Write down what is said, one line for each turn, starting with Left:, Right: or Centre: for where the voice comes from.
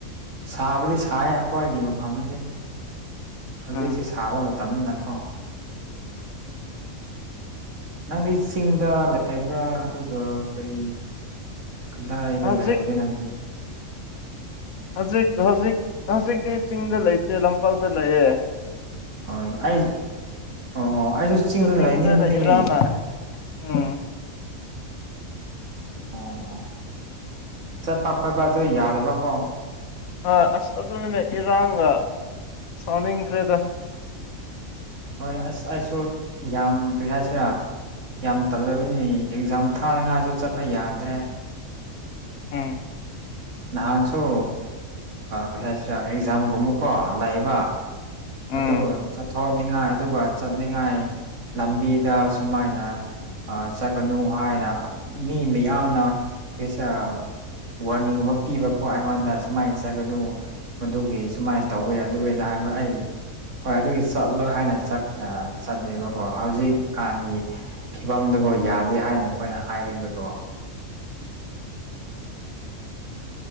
Right: ꯁꯥꯕꯗꯤ ꯁꯥꯢꯌꯦ ꯑꯩꯈ꯭ꯣꯏꯒꯤ ꯃꯐꯝꯗꯗꯤ ꯍꯧꯖꯤꯛꯁꯦ
Left: ꯎꯝ
Right: ꯁꯥꯕ ꯃꯇꯝꯅꯤꯅꯒꯣ ꯅꯪꯗꯤ ꯆꯤꯡꯗ ꯂꯩꯕ꯭ꯔꯥ ꯑꯗꯨꯒ ꯀꯔꯤ ꯀꯗꯥꯏꯗ
Left: ꯍꯧꯖꯤꯛ
Right: ꯂꯩꯕꯒꯦ ꯅꯪꯗꯤ
Left: ꯍꯧꯖꯤꯛ ꯍꯧꯖꯤꯛ ꯍꯧꯖꯤꯛꯇꯤ ꯆꯤꯡꯗ ꯂꯩꯇꯦ ꯇꯥꯝꯄꯥꯛꯇ ꯂꯩꯌꯦ
Right: ꯍꯣꯏ ꯑꯩꯁ ꯑꯣ ꯑꯩꯁꯨ ꯆꯤꯡꯗ
Left: ꯆꯠꯅꯤꯡꯕꯅ
Right: ꯂꯥꯏꯅꯤꯡꯕꯅꯤꯃꯤ
Left: ꯏꯔꯥꯡꯅ ꯎꯝ
Right: ꯑꯣ ꯆꯠꯄ ꯈꯣꯠꯄ ꯑꯗꯨ ꯌꯥꯗꯕꯀꯣ
Left: ꯑꯥ ꯑꯁ ꯑꯗꯨꯅꯤꯅꯦ ꯏꯔꯥꯡꯒ ꯁꯥꯎꯅꯤꯡꯈ꯭ꯔꯦꯗ
Right: ꯍꯣꯏ ꯑꯁ ꯑꯩꯁꯨ ꯌꯥꯝ ꯀꯔꯤ ꯍꯥꯏꯁꯤꯔꯥ ꯌꯥꯝ ꯇꯜꯂꯕꯅꯤ ꯑꯦꯛꯖꯥꯝ ꯊꯥꯅꯤꯡꯉꯥꯏꯁꯨ ꯆꯠꯄ ꯌꯥꯗꯦ
Left: ꯎꯝ
Right: ꯅꯍꯥꯟꯁꯨ ꯀꯔꯤ ꯍꯥꯏꯁꯤꯔꯥ ꯑꯦꯛꯖꯥꯝꯒꯨꯝꯕꯀꯣ ꯂꯩꯕ ꯑꯗꯨ
Left: ꯎꯝ
Right: ꯆꯠꯊꯣꯛꯅꯤꯡꯉꯥꯏ ꯑꯗꯨꯒ ꯆꯠꯅꯤꯡꯉꯥꯏ ꯂꯝꯕꯤꯗ ꯁꯨꯃꯥꯏꯅ ꯆꯠꯀꯅꯨ ꯍꯥꯏꯅ ꯃꯤ ꯃꯌꯥꯝꯅ <unintelligible> ꯋꯥꯔꯅꯤꯡꯒꯨꯝꯕ ꯄꯤꯕꯀꯣ ꯑꯩꯉꯣꯟꯗ ꯁꯨꯃꯥꯏꯅ ꯆꯠꯒꯗꯨ ꯃꯗꯨꯒꯤ ꯁꯨꯃꯥꯏꯅ ꯇꯧꯋꯦ ꯑꯗꯨ ꯑꯗꯥ ꯍꯥꯏꯕ ꯑꯩ ꯍꯣꯏ ꯑꯗꯨꯒꯤ ꯆꯠꯂꯣꯏ ꯍꯥꯏꯅ ꯆꯠꯇꯦꯕꯀꯣ ꯍꯧꯖꯤꯛꯀꯥꯟꯒꯤ ꯐꯤꯕꯝꯗꯨꯕꯨ ꯌꯥꯗꯦ ꯍꯥꯏꯅ ꯃꯈꯣꯏꯅ ꯍꯥꯏꯕꯤꯕꯗꯣ ꯎꯝ <inaudible>